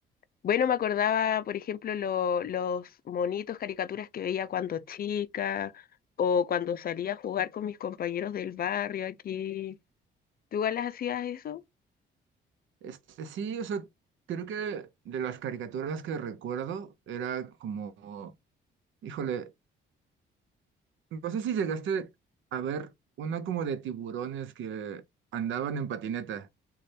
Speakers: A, on the left; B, on the right.
A: bueno, me acordaba, por ejemplo, lo- los monitos, caricaturas que veía cuando chica o cuando salía a jugar con mis compañeros del barrio aquí. ¿Tú igual las hacías eso?
B: Este, sí, o sea, creo que de las caricaturas que recuerdo era como, híjole, no sé si llegaste a ver una como de tiburones que andaban en patineta.